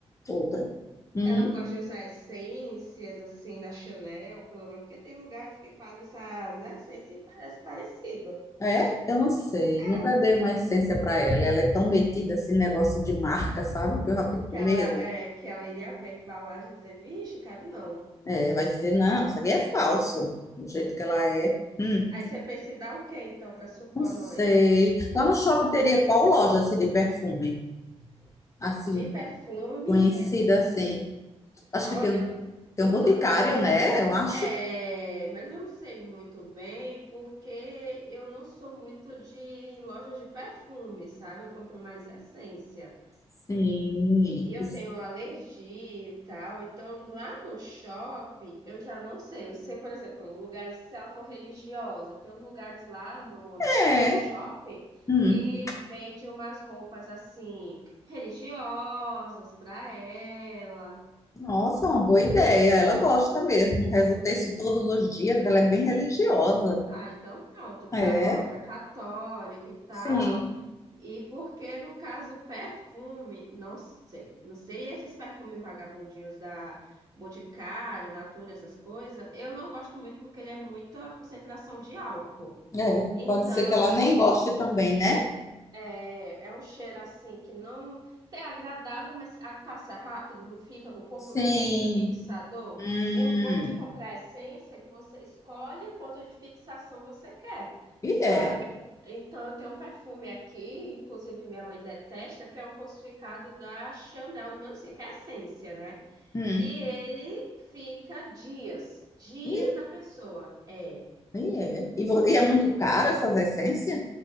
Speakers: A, on the left; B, on the right.
A: outra. Hum,
B: Ela não gosta de usar essências assim da Chanel, pelo menos, porque tem lugares que fazem essas essências e parece parecido.
A: é? Eu não sei.
B: É,
A: Nunca dei uma essência para ela. Ela é tão metida assim, negócio de marca, sabe? Que eu já fico com
B: que ela,
A: medo.
B: é, que ela iria ver a embalagem e dizer, vixe, quero não.
A: É, vai dizer, não, isso aqui é falso. Do jeito que ela é. Hum,
B: Aí você pensa em dar o quê então para sua
A: não sei.
B: mãe?
A: Lá no shopping teria qual loja assim, de perfume? assim,
B: De perfume,
A: conhecida,
B: de.
A: assim. Acho
B: Olha,
A: que tem um,
B: eu,
A: tem um boticário,
B: eu não sei.
A: né? Eu acho.
B: É, mas eu não sei muito bem, porque eu não sou muito de em lojas de perfume, sabe? Eu compro mais essência.
A: Sim.
B: E eu
A: Isso
B: tenho alergia e tal. Então, lá no shopping, eu já não sei. Eu sei, por exemplo, lugares, se ela for religiosa, tem uns lugares lá no Natal
A: é.
B: Shopping
A: Hum.
B: que vende umas roupas assim, religiosas para ela.
A: Nossa, uma boa ideia. Ela gosta mesmo. Resulta isso todos os dias. Ela é bem religiosa.
B: Ah, então pronto, que
A: É,
B: lá é uma loja católica e tal.
A: sim.
B: E porque, no caso, perfume, não sei. Não sei, e esses perfumes vagabundinhos da Boticário, Natura, essas coisas, eu não gosto muito porque ele é muita concentração de álcool.
A: É,
B: Então,
A: pode ser que ela nem goste também, né?
B: é, é um cheiro assim que não é agradável, mas a- passa rápido, não fica no corpo,
A: Sim.
B: não tem aquele fixador.
A: Hum.
B: O bom de comprar essência é que você escolhe quanto de fixação você quer,
A: E
B: sabe?
A: é.
B: Então, eu tenho um perfume aqui, inclusive minha mãe detesta, que é um falsificado da Chanel número 5, é essência, né?
A: Hum.
B: E ele fica dias, dias
A: E,
B: na pessoa. É.
A: e é. E, vo- e é muito caro essas essências?